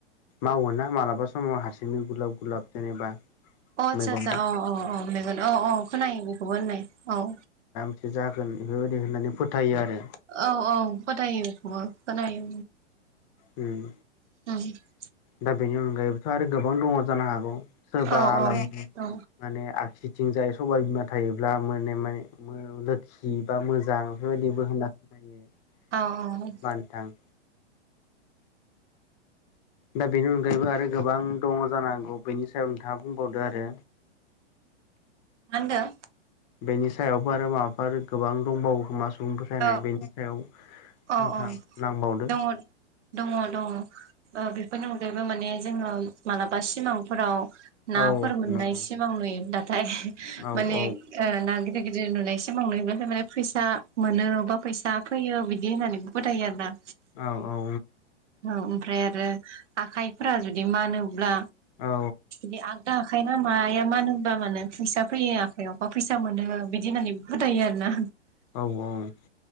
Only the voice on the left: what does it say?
मावो ना मालाबा समाव हारसिं गुलाब गुलाब जेनेबा
मैगना
एसे जागोन बेफोरबायदि होननानै फोथायो आरो।
उम
दा बेनि अनगायैबोथ' आरो गोबां दङ जानो हागौ। सोरबा
ला माने
आगसि थिंजाय सबाय बिमा थायोब्ला मे माने लोखि बा मोजां बेफोरबायदिबो होनना खोनायो नडा़
होनबा
नोथां दा बेनि अनगायैबो आरो गोबां दङ जानांगौ बेनि सायाव नोंथाङा बुंबावदो आरो
बेनि सायावबो आरो माबाफोर गोबां दंबावो मा सुबुं फोथायनाय
बेनि सायाव नोंथां
नांबावदों
औ औ
नंगौ
औ
औ
औ औ
औ
औ